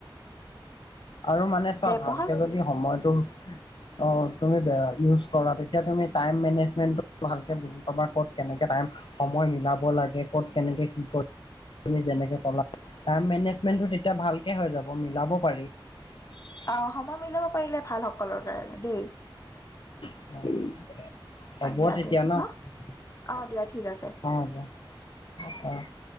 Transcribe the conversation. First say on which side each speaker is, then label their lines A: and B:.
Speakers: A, on the left (about 65°); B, on the left (about 35°).
A: আৰু মানে, চোৱা
B: ব্যৱহাৰ
A: ভালকে যদি সময়টো অঁ তুমি বে ইউজ কৰা, তেতিয়া তুমি টাইম মেনেজমেণ্টটো ভালকৈ বুজি পাবা, ক'ত কেনেকে টাইম- সময় মিলাব লাগে, ক'ত কেনেকে কি কৰে। তুমি যেনেকে কলা, টাইম মেনেজমেন্টটো তেতিয়া ভালকে হৈ যাব মিলাব পাৰি। <inaudible>
B: অ সময় মিলাব পাৰিলে ভাল সকলৰ কাৰণে দেই।
A: <inaudible> হ'ব
B: অ দিয়া
A: তেতিয়া
B: তে ন অ দিয়া ঠিক আছে।
A: অ দিয়া। <inaudible>